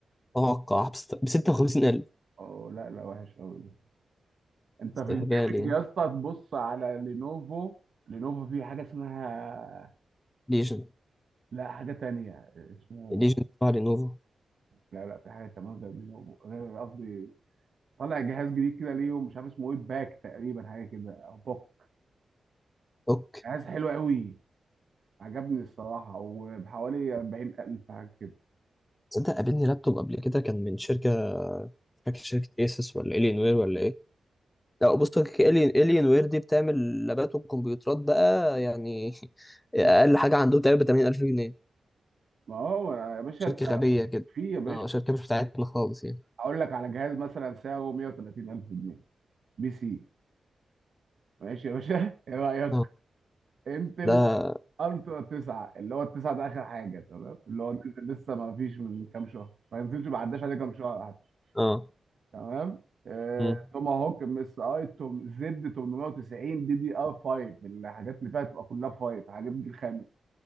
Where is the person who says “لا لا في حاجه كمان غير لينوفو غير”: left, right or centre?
Right